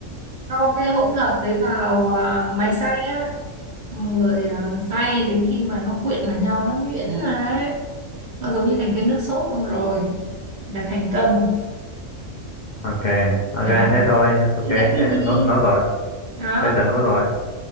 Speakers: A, on the right; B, on the left.
A: cho cái hỗn hợp đấy vào ờ, máy xay á Xong rồi à, xay đến khi mà nó quyện vào nhau nó nhuyễn ra ấy. Nó giống như thành cái nước sốt luôn rồi là thành công
B: Ok, ok,
A: đó
B: thế thôi. Ok,
A: thế
B: thế
A: là easy
B: nốt, nốt rồi.
A: đó
B: Thế tớ nốt rồi.